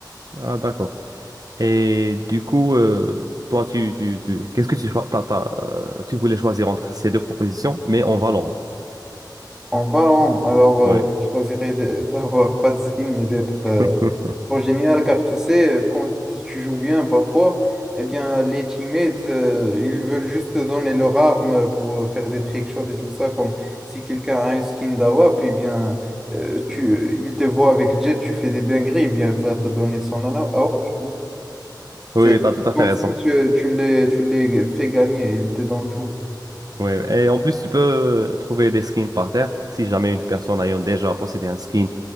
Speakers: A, on the right; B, in the centre.
A: ah d'accord. Et du coup, euh, toi, tu, tu, tu, qu'est-ce que tu, cho- t'as- t'as, euh, tu voulais choisir entre ces deux propositions, mais en Valorant.
B: En Valorant, alors euh,
A: Ouais.
B: je choisirais de- <laughs> d'avoir pas de skin mais d'être
A: <laughs>
B: euh, trop génial car tu sais, euh, quand tu joues bien parfois, eh bien les teammates euh, ils veulent juste te donner leur arme pour euh, faire des trickshots et tout ça. Comme si quelqu'un a un skin d'AWAP, eh bien euh, tu, il te voit avec Jet, tu fais des dingueries, eh bien il va te donner son ala- AWAP. C'est
A: Oui, tu as tout à fait
B: comme
A: raison.
B: si tu, tu les, tu les fais gagner, il te donne tout.
A: Oui, et en plus, tu peux trouver des skins par terre si jamais une personne ayant déjà possédé un skin